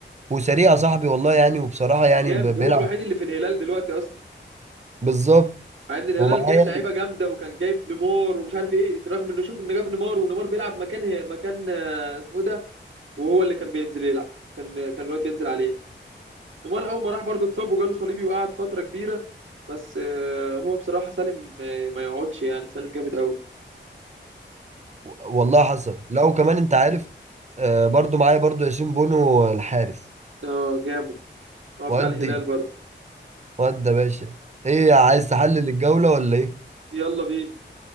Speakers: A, on the right; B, on the right.
A: وسريع يا صاحبي والله يعني وبصراحة يعني
B: جامد
A: ب- بيلعب
B: هو الوحيد اللي في الهلال دلوقتي أصلا
A: بالظبط
B: مع ان الهلال
A: ومعاه
B: جايب
A: يعني
B: لعيبه جامده وكان جايب نيمار ومش عارف ايه رغم انه شوف انه جاب نيمار ونيمار بيلعب مكان مكان آه، اسمه إيه ده وهو اللي كان بينزل يلعب كان كان الواد بينزل عليه نيمار اول ما راح برضه اتصاب وجاله صليبي وقعد فتره كبيره بس آه، هو بصراحه سالم آه، ما يقعدش يعني سالم جامد قوي
A: و- والله حصل لا وكمان انت عارف آه برضو معايا برضو ياسين بونو الحارس
B: اه جامد هو بتاع
A: ودي
B: الهلال برضه
A: ودي يا باشا ايه عايز تحلل الجولة ولا ايه؟
B: يلا بينا